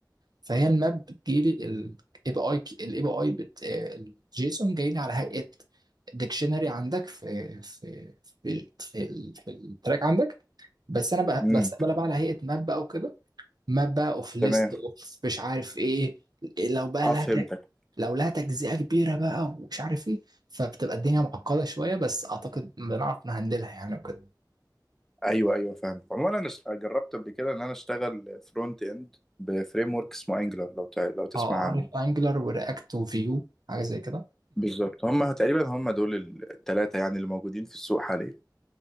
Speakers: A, on the right (about 65°); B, in the centre.
A: فهي الماب بتجيلي الاي بي اي الاي بي اي بت الجيسون جاي لي على هيئه ديكشنري عندك في في في في, ال- في التراك عندك بس انا بقى-
B: امم
A: بستقبلها بقى على هيئه ماب بقى وكده ماب بقى اوف ليست
B: تمام
A: اوف مش عارف ايه لو بقى
B: اه
A: لها
B: فهمتك
A: تج- لو لها تجزئه كبيره بقى ومش عارف ايه فبتبقى الدنيا معقده شويه بس اعتقد بنعرف نهندلها يعني وكده
B: ايوه ايوه فاهم عموما انا س- جربت قبل كده ان انا اشتغل فرونت اند بفريم ورك اسمه انجلر لو تع- لو تسمع
A: اه
B: عنه
A: عارف انجلر ورياكت وفيو حاجه زي كده
B: بالظبط هم تقريبا هم دول الثلاثه يعني اللي موجودين في السوق حاليا